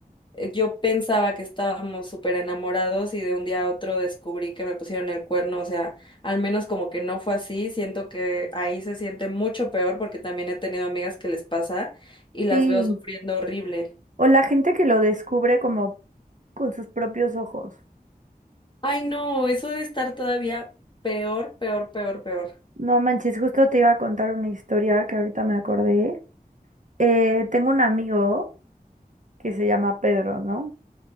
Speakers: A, on the left; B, on the right.
A: eh, yo pensaba que estábamos súper enamorados y de un día a otro descubrí que me pusieron el cuerno, o sea, al menos como que no fue así, siento que ahí se siente mucho peor porque también he tenido amigas que les pasa y las
B: Sí.
A: veo sufriendo horrible.
B: O la gente que lo descubre como con sus propios ojos.
A: Ay, no, eso de estar todavía peor, peor, peor, peor.
B: No manches, justo te iba a contar una historia que ahorita me acordé. Eh, tengo un amigo que se llama Pedro, ¿no?